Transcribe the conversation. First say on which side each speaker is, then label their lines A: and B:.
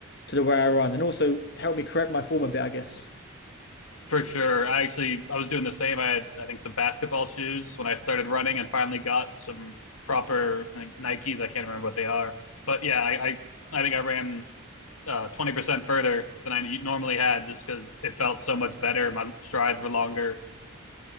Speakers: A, on the left (about 50°); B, on the left (about 80°).
A: to the way I run and also helped me correct my form a bit, I guess.
B: for sure. I actually I was doing the same. I had I think some basketball shoes when I started running and finally got some proper like Nikes. I can't remember what they are, but yeah, I I, I think I ran uh, twenty percent further than I normally had just because it felt so much better. My strides were longer.